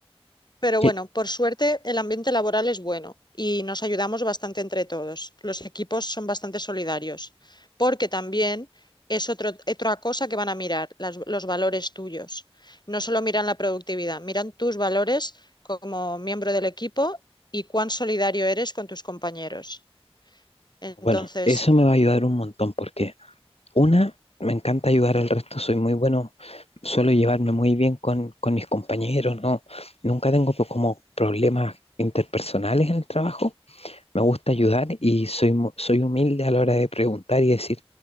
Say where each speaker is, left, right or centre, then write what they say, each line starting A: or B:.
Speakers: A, on the left (about 45°); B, on the left (about 75°).
A: Pero
B: Que,
A: bueno, por suerte el ambiente laboral es bueno y nos ayudamos bastante entre todos. Los equipos son bastante solidarios, porque también es otro- otra cosa que van a mirar, las- los valores tuyos. No solo miran la productividad, miran tus valores como miembro del equipo y cuán solidario eres con tus compañeros. Entonces,
B: bueno, eso me va a ayudar un montón porque Una, me encanta ayudar al resto, soy muy bueno, suelo llevarme muy bien con, con mis compañeros, no, nunca tengo po- como problemas interpersonales en el trabajo. Me gusta ayudar y soy, mu- soy humilde a la hora de preguntar y decir,